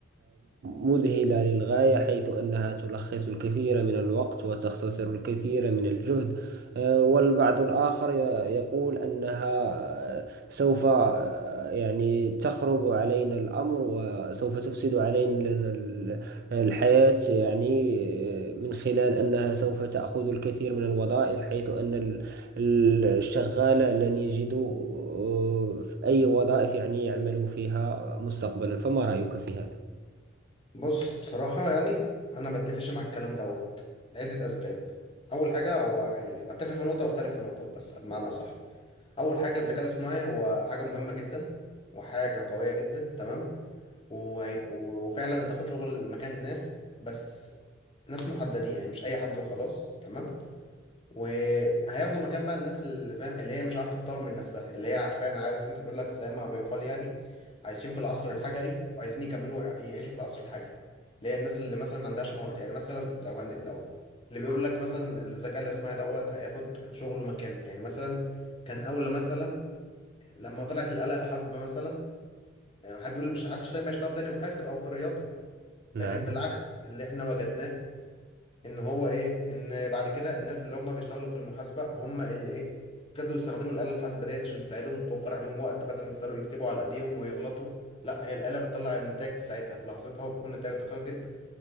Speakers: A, on the right (about 50°); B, on the left (about 25°).
A: مذهلة للغاية حيث أنها تلخص الكثير من الوقت وتختصر الكثير من الجهد آه، والبعض الآخر ي- يقول أنها آه، سوف آه، يعني تخرب علينا الأمر وسوف تفسد علينا ال- الحياة يعني آه، من خلال أنها سوف تأخذ الكثير من الوظائف حيث أن ال- ال- الشغال لن يجدوا آه، أي وظائف يعني يعملوا فيها مستقبلا فما رأيك في هذا؟
B: بص بصراحة يعني أنا بتفقش مع الكلام دوت لعدة أسباب أول حاجة هو يعني بتفق في نقطة واختلف في نقطة بس بمعنى أصح أول حاجة الذكاء الاصطناعي هو حاجة مهمة جدا وحاجة قوية جدا تمام وهيب- وفعلا هتاخد شغل مكان ناس بس ناس محددين يعني مش أي حد وخلاص تمام وهياخدوا مكان بقى الناس اللي فاهم اللي هي مش عارفه تطور من نفسها اللي هي عارفين عارف انت بيقول لك زي ما بيقال يعني عايشين في العصر الحجري وعايزين يكملوا يعيشوا في العصر الحجري اللي هي الناس اللي مثلا ما عندهاش مهارات يعني مثلا لو هن... لو اللي بيقول لك مثلا الذكاء الاصطناعي دوت هياخد شغله مكانه يعني مثلا كان اول مثلا لما طلعت الآلة الحاسبة مثلا يعني حد يقول مش حدش تاني بقى يشتغل تاني محاسب او في الرياضة
A: نعم
B: لكن بالعكس اللي احنا وجدناه ان هو ايه ان بعد كده الناس اللي هم بيشتغلوا في المحاسبه هم اللي ايه ابتدوا يستخدموا الاله الحاسبه ديت عشان تساعدهم وتوفر عليهم وقت بدل ما يفضلوا يكتبوا على ايديهم ويغلطوا لا هي الاله بتطلع النتائج في ساعتها في لحظتها وبيكون نتائج دقيق جدا